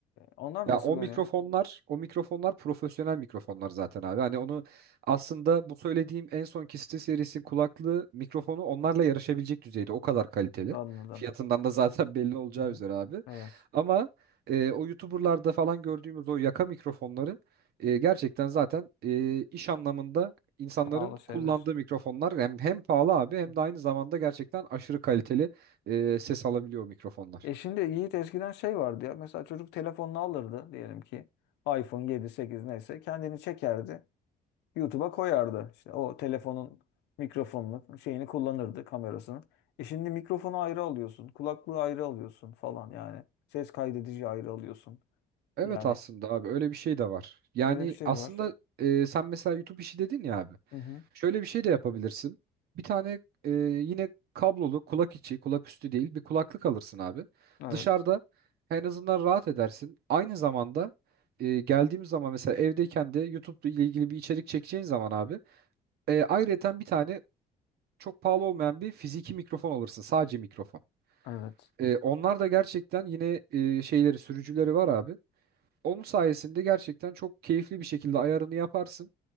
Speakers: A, on the left (about 85°); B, on the right (about 70°).
A: Onlar
B: Ya
A: nasıl
B: o
A: böyle?
B: mikrofonlar,
A: Hı
B: o mikrofonlar profesyonel mikrofonlar zaten abi. Hani onu
A: hı.
B: aslında bu söylediğim en son Kiste serisi kulaklığı mikrofonu onlarla yarışabilecek düzeyde. O kadar kaliteli.
A: Anladım.
B: Fiyatından da zaten <laughs> belli olacağı
A: Hı hı.
B: üzere abi.
A: Evet.
B: Ama e, o YouTuber'larda falan gördüğümüz o yaka mikrofonları e, gerçekten zaten e, iş anlamında insanların
A: Pahalı şeyler.
B: kullandığı mikrofonlar hem, hem pahalı abi hem
A: Hı hı.
B: de aynı zamanda gerçekten aşırı kaliteli e, ses alabiliyor o mikrofonlar.
A: E şimdi Yiğit eskiden şey vardı ya. Mesela çocuk telefonunu alırdı diyelim ki iPhone 7 8 neyse kendini çekerdi. YouTube'a koyardı. İşte o telefonun mikrofonunu, şeyini kullanırdı kamerasını. E şimdi mikrofonu ayrı alıyorsun, kulaklığı ayrı alıyorsun falan yani. Ses kaydedici ayrı alıyorsun.
B: Evet
A: Yani
B: aslında abi öyle bir şey de var. Yani
A: öyle bir şey
B: aslında
A: var.
B: e, sen mesela YouTube işi dedin ya abi.
A: Hı hı.
B: Şöyle bir şey de yapabilirsin. Bir tane e, yine kablolu kulak içi, kulak üstü değil bir kulaklık alırsın abi.
A: Evet.
B: Dışarıda en azından rahat edersin. Aynı zamanda e, geldiğimiz zaman mesela evdeyken de YouTube ile ilgili bir içerik çekeceğin zaman abi. E, ayrıyeten bir tane çok pahalı olmayan bir fiziki mikrofon alırsın. Sadece mikrofon.
A: Evet.
B: E, onlar da gerçekten yine e, şeyleri sürücüleri var abi. Onun sayesinde gerçekten çok keyifli bir şekilde ayarını yaparsın.